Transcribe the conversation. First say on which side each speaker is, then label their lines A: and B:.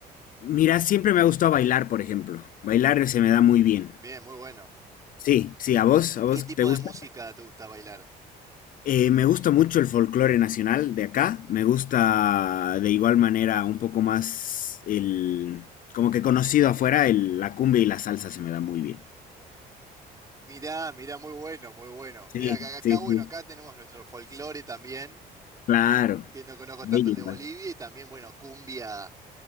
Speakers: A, on the left; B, on the right.
A: Mira, siempre me ha gustado bailar, por ejemplo. Bailar se me da muy bien.
B: Bien, muy bueno.
A: Sí, sí, ¿a vos? ¿A vos
B: ¿Qué tipo
A: te gusta?
B: de música te gusta bailar?
A: Eh, me gusta mucho el folclore nacional de acá. Me gusta de igual manera un poco más el... Como que conocido afuera, el- la cumbia y la salsa se me da muy bien.
B: Mirá, mirá, muy bueno, muy bueno.
A: Sí,
B: Mirá, acá, acá,
A: sí,
B: bueno,
A: sí.
B: acá tenemos nuestro folclore también,
A: Claro.
B: que no conozco
A: Bello
B: tanto el
A: igual.
B: de Bolivia, y también, bueno, cumbia